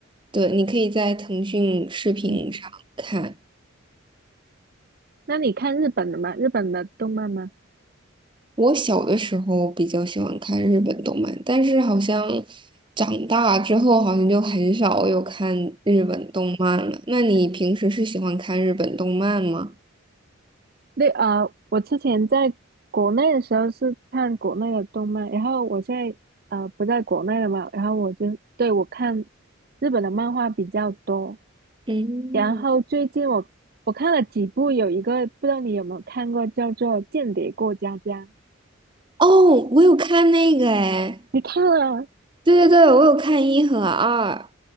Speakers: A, on the right; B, on the right.
A: 对，你可以在腾讯视频上看。
B: 嗯，那你看日本的吗？日本的动漫吗？
A: 我小的时候比较喜欢看日本动漫，但是好像长大之后好像就很少有看日本动漫了。那你平时是喜欢看日本动漫吗？
B: 那啊，呃我之前在国内的时候是看国内的动漫，然后我现在呃不在国内了嘛，然后我就对我看日本的漫画比较多。
A: 嗯，
B: 然后最近我我看了几部，有一个不知道你有没有看过，叫做《间谍过家家》，
A: 哦，我有看那个哎，
B: 你看了？
A: 对对对，我有看一和二。